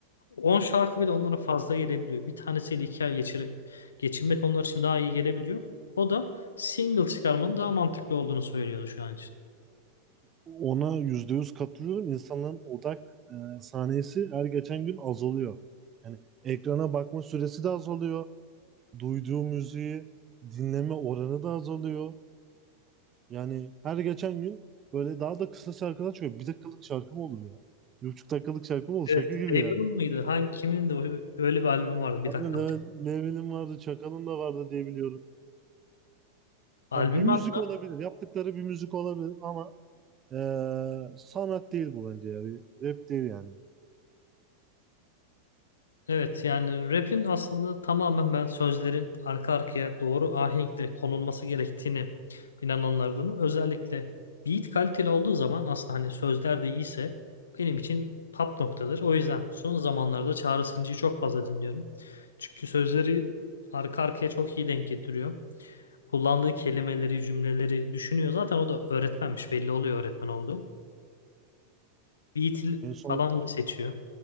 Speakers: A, on the left (about 70°); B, on the right (about 25°).
A: 10 şarkı bile onlara fazla gelebiliyor. Bir tanesiyle iki ay geçir, geçinmek onlar için daha iyi gelebiliyor. O da single çıkarmanın daha mantıklı olduğunu söylüyordu şu an için.
B: Ona yüzde yüz katılıyorum. İnsanların odak e, saniyesi her geçen gün azalıyor. Yani ekrana bakma süresi de azalıyor. Duyduğu müziği dinleme oranı da azalıyor. Yani her geçen gün böyle daha da kısa şarkılar çıkıyor. Bir dakikalık şarkı mı olur ya? Bir buçuk dakikalık şarkı mı olur?
A: Evet,
B: Şaka gibi
A: Eagle'ın
B: yani.
A: mıydı? Hangi kimin de öyle bir albüm vardı? Bir
B: Hani
A: dakikalık.
B: Leve- Level'in vardı, Çakal'ın da vardı diye biliyorum.
A: Albüm
B: Yani bir müzik
A: at.
B: olabilir. Yaptıkları bir müzik olabilir ama eee, sanat değil bu bence ya. Bir Rap değil yani.
A: Evet yani rap'in aslında tamamen ben sözlerin arka arkaya doğru ahenkle konulması gerektiğini inananlardanım. Özellikle beat kaliteli olduğu zaman aslında hani sözler de iyiyse benim için top noktadır. O yüzden son zamanlarda Çağrı Sıncı'yı çok fazla dinliyorum. Çünkü sözleri arka arkaya çok iyi denk getiriyor. Kullandığı kelimeleri, cümleleri düşünüyor. Zaten o da öğretmenmiş belli oluyor öğretmen olduğu. Beat
B: En son
A: falan iyi seçiyor.